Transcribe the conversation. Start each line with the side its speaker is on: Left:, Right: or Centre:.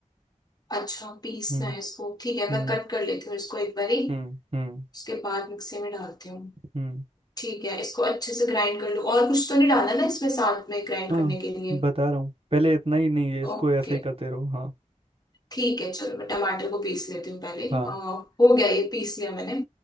Left: अच्छा पीसना
Right: हम्म
Left: है इसको ठीक है
Right: हम्म
Left: मैं कट कर लेती हूँ इसको एक बारी
Right: हम्म हम्म
Left: उसके बाद मिक्सी में डालती हूँ
Right: हम्म
Left: ठीक है इसको अच्छे से ग्राइंड कर लूँ और कुछ तो नहीं डालना ना इसमें साथ में ग्राइंड
Right: हाँ
Left: करने के लिए
Right: बता रहा हूँ पहले इतना ही नहीं है इसको
Left: ओके
Right: ऐसे ही करते रहो हाँ
Left: ठीक है चलो मैं टमाटर को पीस लेती हूँ पहले
Right: हाँ
Left: अ, हो गया ये पीस लिया मैंने